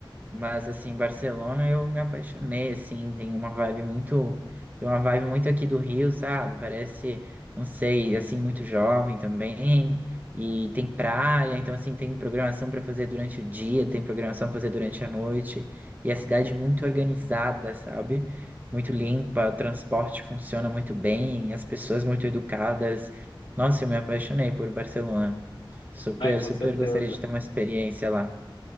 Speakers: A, on the right; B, on the left.
A: Mas assim, Barcelona eu me apaixonei, assim, tem uma vibe muito, tem uma vibe muito aqui do Rio, sabe? Parece, não sei, assim, muito jovem também. E tem praia, então assim, tem programação para fazer durante o dia, tem programação para fazer durante a noite. E a cidade muito organizada, sabe? Muito limpa, o transporte funciona muito bem, as pessoas muito educadas. Nossa, eu me apaixonei por Barcelona. Super,
B: Ai, com
A: super
B: certeza.
A: gostaria de ter uma experiência lá.